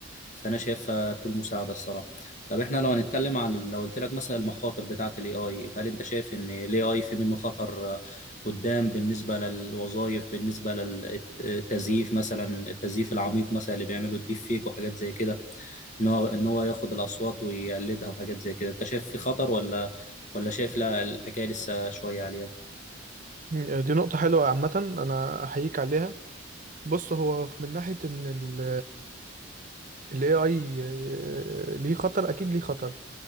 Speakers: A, on the left; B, on the right.
A: فانا شايفها طول مساعدة الصراحة طب احنا لو هنتكلم عن لو قلت لك مثلا المخاطر بتاعة الاي اي هل انت شايف ان الاي اي في منه خطر قدام بالنسبه للوظائف بالنسبه للتزييف مثلا التزييف العميق مثلا اللي بيعمله الديب فيك وحاجات زي كده ان هو ان هو ياخد الاصوات ويقلدها وحاجات زي كده انت شايف في خطر ولا ولا شايف لا الحكايه لسه شويه عليها
B: مم، دي نقطة حلوة عامة أنا أحييك عليها بص هو من ناحية إن ال ال AI آه، ليه خطر أكيد ليه خطر